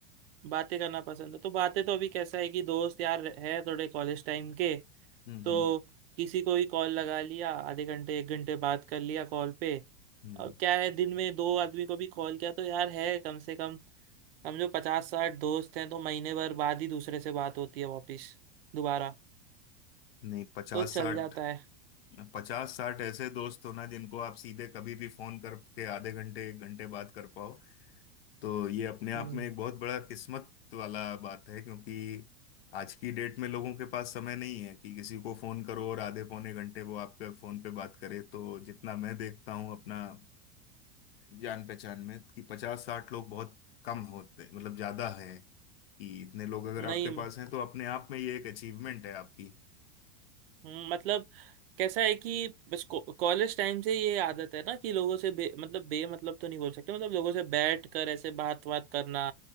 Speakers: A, on the right; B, on the left.
A: बातें करना पसंद है तो बातें तो अभी कैसा है कि दोस्त यार है थोड़े कॉलेज टाइम के
B: हम्म
A: तो
B: हम्म
A: किसी को भी कॉल लगा लिया आधे घंटे एक घंटे बात कर लिया कॉल पे
B: हम्म
A: अब क्या है दिन में दो आदमी को भी कॉल किया तो यार है कम से कम हम जो पचास साठ दोस्त हैं तो महीने भर बाद ही दूसरे से बात होती है वापिस दोबारा
B: नहीं पचास
A: तो चल
B: साठ
A: जाता है
B: पचास साठ ऐसे दोस्त हो ना जिनको आप सीधे कभी भी फोन करके आधे घंटे एक घंटे बात कर पाओ तो ये अपने आप
A: हम्म
B: में एक बहुत बड़ा किस्मत वाला बात है क्योंकि आज की डेट में लोगों के पास समय नहीं है कि किसी को फोन करो और आधे पौने घंटे वो आपके फोन पे बात करे तो जितना मैं देखता हूँ अपना जान पहचान में कि पचास साठ लोग बहुत कम होते मतलब ज्यादा है कि इतने लोग अगर
A: नहीं
B: आपके पास हैं तो अपने आप में ये एक अचीवमेंट है आपकी
A: हम्म, मतलब कैसा है कि बस कॉलेज टाइम से ये आदत है ना कि लोगों से बे, मतलब बे मतलब तो नहीं बोल सकते मतलब लोगों से बैठ कर ऐसे बात बात करना